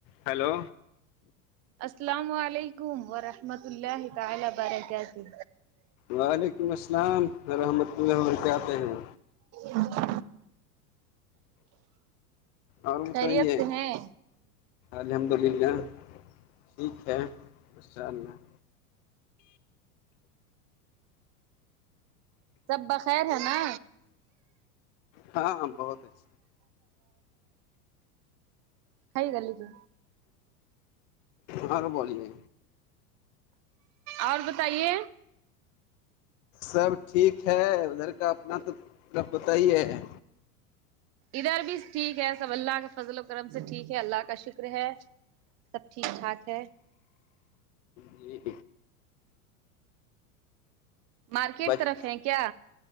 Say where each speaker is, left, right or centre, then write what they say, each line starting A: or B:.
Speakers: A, on the left (about 55°); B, on the right (about 35°).
A: hello
B: السلام علیکم ورحمۃ اللہ تعالی برک ہی
A: وعلیکم السلام رحمۃ اللہ وبرکاتہ ہیں
B: ہاں
A: اور بتائی
B: خیریت
A: ہے
B: سے ہیں
A: الحمد للہ ٹھیک ہے اس شاء اللہ
B: سب بخیر ہے نا
A: ہاں بہت اچ
B: کائی گلی کہ
A: ہر بولیے
B: اور بتائیے
A: سب ٹھیک ہے ادھر کا اپنا تو مطلف بتا ہی ہے
B: ادھر بھی ٹھیک ہے سب اللہ کے فضل و کرم سے ٹھیک ہے اللہ کا شکر ہے سب ٹھیک ٹھاک ہے
A: جی
B: مارکیٹ
A: بچ
B: طرف ہے کیا